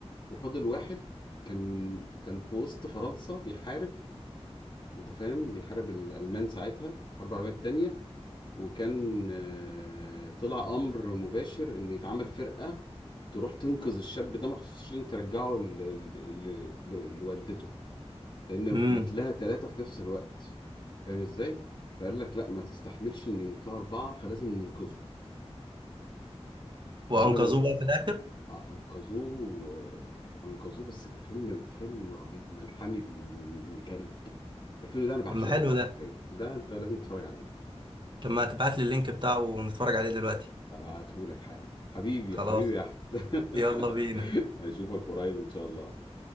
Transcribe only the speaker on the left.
وفاضل واحد كان كان في وسط فرنسا بيحارب انت فاهم بيحارب الالمان ساعتها الحرب العالميه الثانيه وكان آه، طلع امر مباشر ان يتعمل فرقه تروح تنقذ الشاب ده مخصوص عشان ترجعه ل- ل- ل- لوالدته لان
ماتلها ثلاثه في نفس الوقت فاهم ازاي فقال لك لا ما تستحملش ان يموت لها اربعه فلازم ننقذه فعملوا
آه، انقذوه آه، انقذوه بس فيلم فيلم رهيب ملحمي ابن كلب الفيلم ده انا بعشقه
بقى حرفيا
ده انت لازم تتفرج عليه
ابعتهولك حالا حبيبي
حبيبي يا احمد <laughs>
اشوفك قريب ان شاء الله